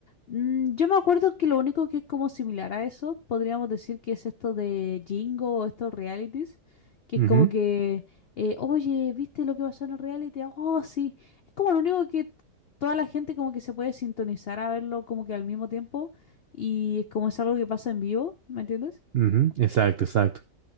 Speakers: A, on the left; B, on the right.
A: Mm, yo me acuerdo que lo único que es como similar a eso, podríamos decir que es esto de Jingo o estos realities, que
B: Ujú,
A: es como que, eh, oye, ¿viste lo que pasó en el reality? Ah, Oh, sí. Es como lo único que toda la gente como que se puede sintonizar a verlo como que al mismo tiempo y es como es algo que pasa en vivo, ¿me entiendes?
B: ujú, Exacto, exacto.